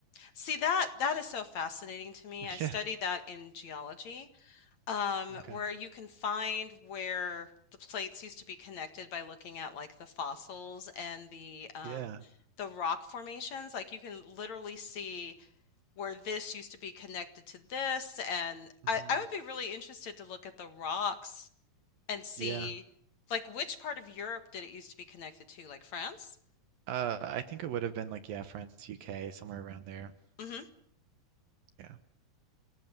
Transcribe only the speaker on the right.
<laughs>
Yeah.
Okay.
Yeah.
hmm
Yeah.
Uh, I think it would have been like, yeah, France, UK, somewhere around there.
Yeah.